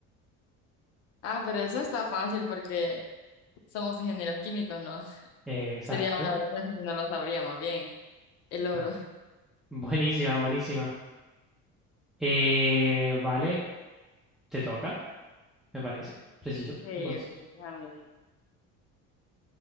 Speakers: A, on the left (about 50°); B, in the centre.
A: Ah, pero eso está fácil porque somos ingenieros químicos, ¿no? <laughs>
B: Eh, exacto.
A: Sería una vergüenza si no lo sabríamos bien. El oro.
B: Eh, <laughs> Buenísima, buenísima. Eh, vale, te toca, me parece. Preciso
A: Sí,
B: y conciso.
A: ok, déjame ver.